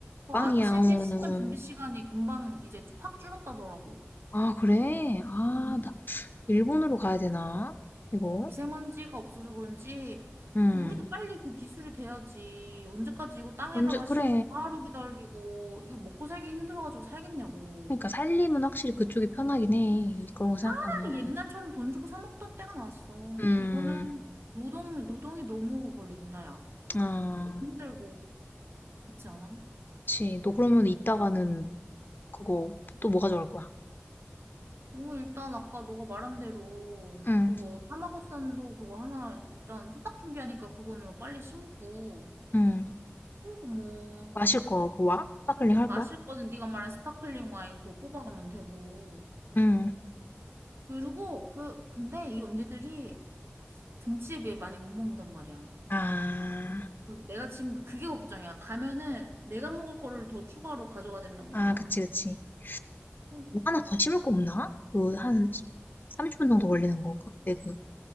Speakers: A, on the right; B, on the left.
A: 그
B: 빵이야.
A: 아침에
B: 어.
A: 시간, 준비 시간이 금방 이제 확 줄었다더라고.
B: 아, 그래? 아,
A: 음.
B: 일본으로 가야 되나? 이거?
A: 어, 미세먼지가 없어서 그런지,
B: 음.
A: 우리도 빨리 그 기술이 돼야지. 언제까지 이거 땅에다가
B: 언제,
A: 심고
B: 그래.
A: 하루 기다리고, 이거 먹고 살기 힘들어가지고 살겠냐고.
B: 그러니까 살림은 확실히 그쪽이 편하긴 해. 그런 거 생각하면.
A: 차라리 옛날처럼 돈 주고 사 먹던 때가 나왔어.
B: 음,
A: 이거는 노동, 노동이 너무 걸린다, 야.
B: 아,
A: 힘들고. 그렇지 않아?
B: 그치. 너 그러면 이따가는 그거 또 뭐 가져갈 거야?
A: 어, 일단 아까 너가 말한 대로
B: 응,
A: 그거 타마고산도 그거 하나 일단 후딱 준비하니까 그거는 빨리 심고
B: 응.
A: 그리고 뭐
B: 마실 거, 그 와? 스파클링 할
A: 마실
B: 거야?
A: 거는 네가 말한 스파클링 와인 그거 뽑아가면 되고
B: 응.
A: 그리고 그 근데 이 언니들이 등치에 많이 못 먹는단 말이야.
B: 아,
A: 그 내가 지금 그게 걱정이야. 가면은 내가 먹을 거를 더 추가로 가져가야 된단
B: 아,
A: 말이야.
B: 그치, 그치.
A: 음.
B: 뭐 하나 더 심을 거 없나? 그, 한 30분 정도 걸리는 거, 그때 그.